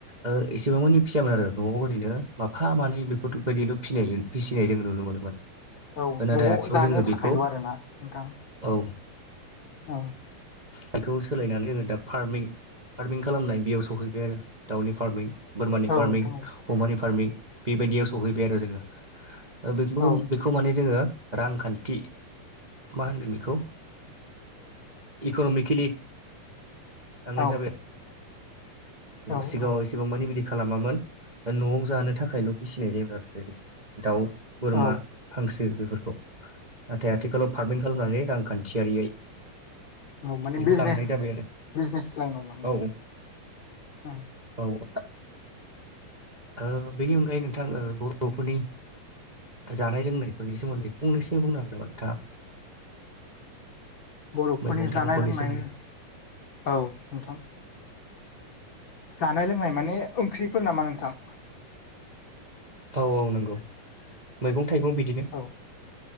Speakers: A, on the right; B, on the left.
A: ओ एसेबां मानि फियामोन आरो न'आव ओरैनो माफा मानै बेफोरबायदिल' फिनाय फिसिनाय जोङो नुनो मोनोमोन।
B: औ
A: नाथाय
B: न'आव
A: आथिखालाव
B: जानो
A: जोङो
B: थाखायल'
A: बेखौ
B: आरोना नोंथां?
A: औ।
B: औ।
A: बेखौ सोलायनानै जोङो दा फार्मिं फार्मिं खालामनाय बेयाव सहैबाय आरो दाउनि फार्मिं। बोरमानि
B: औ
A: फार्मिं
B: नोंथां
A: अमानि फार्मिं बेबायदियाव सहैबाय आरो जोङो ओ
B: औ औ
A: बे <unintelligible> खौ माने जोङो रांखान्थि मा होनगोन बे खौ इक'नमिकेलि लांनाय
B: औ
A: जाबाय
B: औ
A: सिगाङाव
B: औ
A: एसेबां मानि बिदि खालामामोन न'आव जानो थाखायल' फिसिनाय जायोमोन आरो ओरैनो दाउ बोरमा
B: औ
A: हांसो बेफोरखौ नाथाय आथिखालाव फार्मिं खालामनानै रांखान्थियारियै
B: औ माने
A: बेखौ
B: बिजनेस
A: लांनाय जाबाय आरो
B: बिजनेस लाइनाव लांबाय
A: औ
B: आरो ओं।
A: औ। ओ बेनि अनगायै नोंथां ओ बर'फोरनि जानाय लोंनायफोरनि सोमोन्दै फंनैसो बुंनो हागोन नामा नोंथाङा?
B: बर'फोरनि
A: मैगं थाइगंफोरनि
B: जानाय लोंनाय
A: सोमोन्दै?
B: औ नोंथां। जानाय लोंनाय माने ओंख्रिफोर नामा नोंथां?
A: औ औ नंगौ मैगं थाइगं बिदिनो।
B: औ